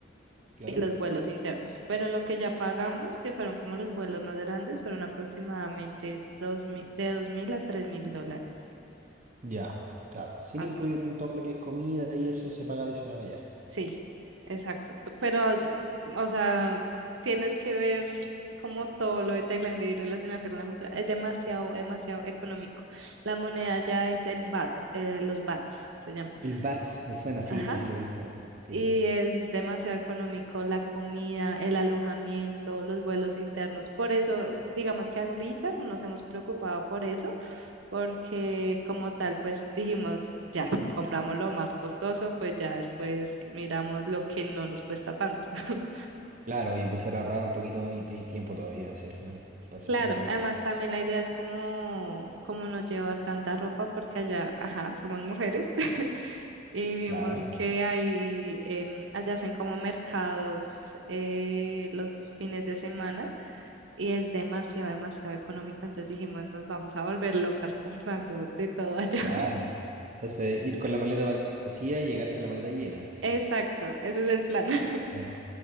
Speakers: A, on the right; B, on the right.
A: Claro.
B: y los vuelos internos. Pero lo que ya pagamos, que fueron como los vuelos más grandes, fueron aproximadamente dos mil, de dos mil a tres mil dólares,
A: Ya, claro. Sin
B: más
A: incluir
B: o menos.
A: todo lo que es comida y eso se paga adicional allá.
B: Sí, exacto. T- Pero, ay, o sea, tienes que ver como todo lo de Tailandia y relacionarte con la cultura. Es demasiado, demasiado económico. La moneda ya es el baht, eh, los bahts se llaman.
A: El BATS me suena, sí,
B: Ajá.
A: sí, sí, lo he visto. Sí.
B: y es demasiado económico la comida, el alojamiento, los vuelos internos. Por eso, digamos que ahorita no nos hemos preocupado por eso, porque como tal, pues dijimos, ya, compramos lo más costoso, pues ya después miramos lo que no nos cuesta tanto. <laughs>
A: Claro, y empezar a ahorrar un poquito y tenéis tiempo todavía, hacia el final para septiembre
B: Claro, además
A: queda.
B: también la idea es como, como no llevar tanta ropa, porque allá, ajá, somos mujeres. <laughs> y vimos
A: Claro,
B: que ahí em, allá hacen como mercados eh, los fines de semana y es demasiado, demasiado económico. Entonces dijimos, nos vamos a volver locas comprando de todo allá.
A: claro.
B: <laughs>
A: Entonces, ir con la maleta vacía y llegar con la maleta llena.
B: Exacto, ese es el plan. <laughs>
A: Claro.